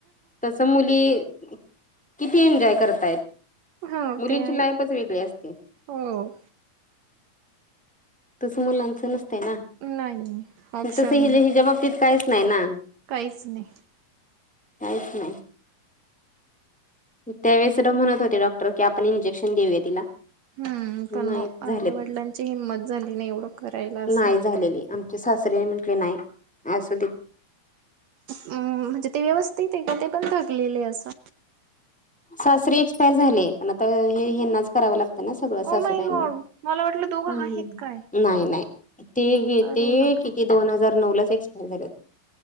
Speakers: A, in the centre; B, on the right.
A: तसं मुली, किती एन्जॉय करतायेत
B: हो
A: मुलींची
B: ते आहे
A: लाईफ च. वेगळी असते.
B: हो
A: तस मुलांच नसतं ना
B: नाही ऑप्शन
A: तस हि ला हिच्या बाबतीत काहीच नाही ना.
B: काहीच नाही.
A: काहीच नाही. त्यावेळे तुला म्हणत होते डॉक्टर की आपण इंजेक्शन देऊया तिला.
B: हु, पण
A: नाही
B: मग
A: झाले
B: आईवडिलांची हिंमत झाली नाही एवढं. करायला असं.
A: नाही झालेली, आमचे सासरे म्हटले, नाही, असध
B: हम्. म्हणजे ते व्यवस्थित ये का? का ते पण थकलेले असं?
A: सासरे एक्स्पायर झाले, पण आता हे, हेनाच करावं लाग तना सगळं
B: ओ
A: सासूबाईना,
B: माय गॉड मला वाटलं दोघं
A: ह्म,
B: आहेत काय
A: नाही-नाही, ते हे
B: अरे
A: ते
B: बापरे.
A: किती दोन हजार नऊ लाच, एक्सपायर झाले.